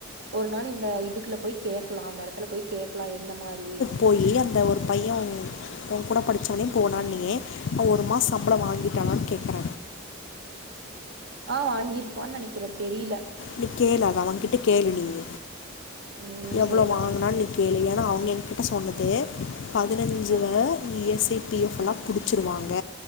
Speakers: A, on the right; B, on the left.
A: ஒரு நாள் இந்த இதுக்குள்ள போய் கேக்லா அந்த எடத்துல போய் கேக்லா எந்த மாரி
B: போயி அந்த ஒரு பைய ஓக் கூட படிச்சாவனே போனானீயே அவன் ஒரு மாசோ சம்பளோ வாங்கிட்டானான்னு கேக்குற
A: ஆ வாங்கியிருப்பான்னு நெனைக்கிற தெரியில
B: நீ கேளு அத அவன்கிட்ட கேளு நீங்க
A: ம்
B: எவ்வளோ
A: சேரி
B: வாங்கினா
A: அவங்கிட்ட கே
B: கேளு <unintelligible> எல்லா அவங்கிட்ட சொன்னது பதினைஞ்சு
A: அ
B: வ இ எஸ் சே பி எஃப் எல்லா புடிச்சிருவாங்க